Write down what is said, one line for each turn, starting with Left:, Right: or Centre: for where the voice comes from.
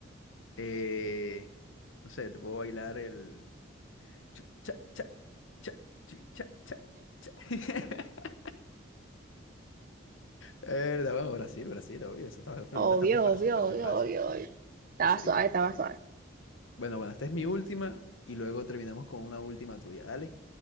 Left: eh, no sé, te puedo bailar el... chu, cha, cha, cha, chu, cha, cha, cha. <laughs> Verdad, bueno, Brasil, Brasil, obvio, esa está- pregunta
Right: Obvio,
Left: está muy fácil,
Right: obvio,
Left: está
Right: obvio,
Left: muy fácil,
Right: obvio,
Left: está muy
Right: obvio. Estaba
Left: facilita,
Right: suave, estaba
Left: facilita.
Right: suave.
Left: Bueno, bueno, esta es mi última y luego terminamos con una última tuya, dale.